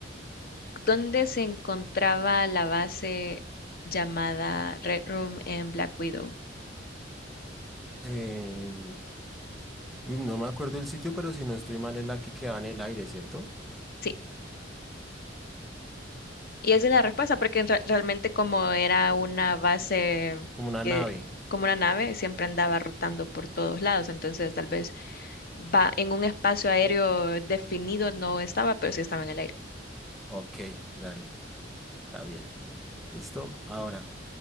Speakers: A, on the left (about 55°); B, in the centre.
A: ¿dónde se encontraba la base llamada Red Room en Black Widow?
B: Em, uy, no me acuerdo el sitio, pero si no estoy mal es la que queda en el aire, ¿cierto?
A: Sí. Y esa es la respuesta, porque re- realmente como era una base
B: Como una
A: que,
B: nave.
A: como una nave, siempre andaba rotando por todos lados. Entonces, tal vez va en un espacio aéreo definido no estaba, pero sí estaba en el aire.
B: Ok, dale, está bien. Listo. Ahora.